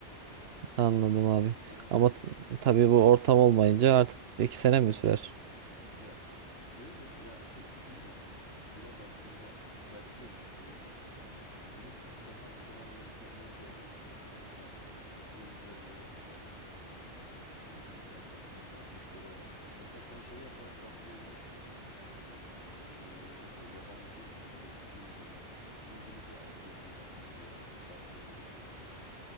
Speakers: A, on the right; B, on the left.
A: Anladım abi.
B: Olur
A: Ama t- tabii bu ortam olmayınca artık iki sene
B: tabii.
A: mi sürer?
B: Ya öyle ya şey, şimdi biraz aslında sert girdik konuya. Bunun daha kolay yöntemleri de olabilir. Mesela e, Zoom üzerinden yapılan speaking club'lar, konuşma kulüpleri olabilir. Mesela sen şey yaparak başlayabilirsin. Ee, mesela yabancı dizileri, filmleri İngilizce altyazıyla izleyerek başlayabilirsin ki